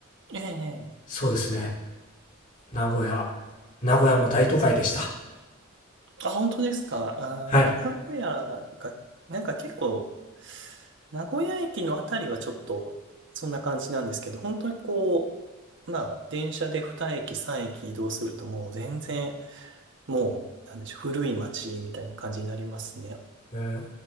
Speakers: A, on the right (about 60°); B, on the left (about 40°).
A: ええ。
B: そうですね、名古屋、名古屋も大都会でした。
A: あ、本当ですか。
B: はい。
A: あー、名古屋が、なんか結構、名古屋駅のあたりはちょっと、そんな感じなんですけど、本当にこう、まあ、電車で2駅、3駅移動するともう全然、もう、なんでしょう、古い町みたいな感じになりますね。
B: えー、で